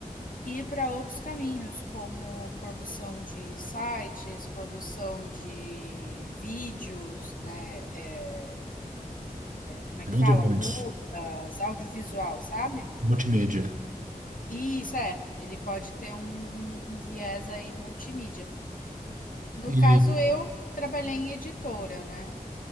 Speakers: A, on the left; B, on the right.
A: ir para outros caminhos, como produção de sites, produção de vídeos, né? É, como é
B: É
A: que
B: Bem
A: fala?
B: diverso.
A: Curtas, audiovisual, sabe?
B: Multimídia.
A: E isso é, ele pode ter um, um, um viés aí multimídia. No
B: E
A: caso, eu trabalhei em editora, né?